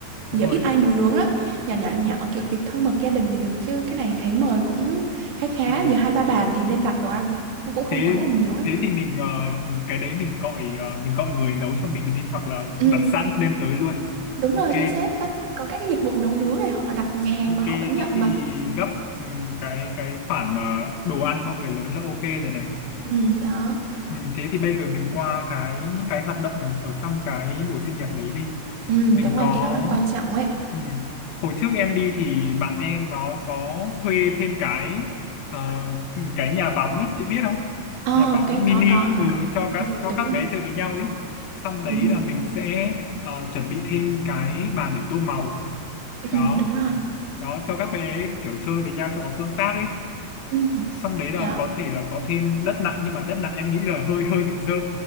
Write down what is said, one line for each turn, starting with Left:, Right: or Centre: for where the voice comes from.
Left: đúng
Right: giờ
Left: rồi
Right: ít ai nấu nướng lắm nhỏ nhỏ nhỏ kiểu tiệc thân mật gia đình thì được chứ cái này thấy mời cũng khá khá
Left: ừ.
Right: giờ hai ba bàn thì nên đặt đồ ăn nó cũng không
Left: thế
Right: quá là nhiều ấy
Left: thế thì mình ờ, cái đấy mình gọi ờ, mình gọi người nấu cho mình đi hoặc là
Right: ừ,
Left: đặt sẵn đem tới luôn
Right: đúng
Left: ok
Right: rồi chính xác có có các cái dịch vụ nấu nướng này hoặc là đặt nhà hàng
Left: ok
Right: mà họ vẫn nhận
Left: thế
Right: mà
Left: thì gấp ừ, cái cái khoản mà đồ ăn cho người lớn là ok rồi này
Right: ừ, đó
Left: Ừ, thế thì bây giờ mình qua cái những cái hoạt động ở trong cái buổi sinh nhật đấy đi.
Right: ừ,
Left: Mình
Right: đúng rồi
Left: có
Right: cái đó là quan trọng ấy
Left: ừ, hồi trước em đi thì bạn em nó có thuê thêm cái ờ, cái nhà bóng ấy, chị biết không?
Right: ờ
Left: Nhà bóng
Right: cái
Left: mini
Right: có có
Left: ấy, ừ,
Right: có
Left: cho các
Right: ừ,
Left: cho
Right: đúng
Left: các
Right: rồi
Left: bé chơi với nhau ấy. Xong đấy
Right: ừ,
Left: là mình sẽ ờ, chuẩn bị thêm cái bàn để tô màu đó,
Right: ừ, đúng rồi
Left: đó cho các bé kiểu chơi với nhau cho có tương tác ấy
Right: ừ,
Left: xong đấy là
Right: đó
Left: có thể là có thêm đất nặn nhưng mà đất nặn em nghĩ là hơi hơi bị dơ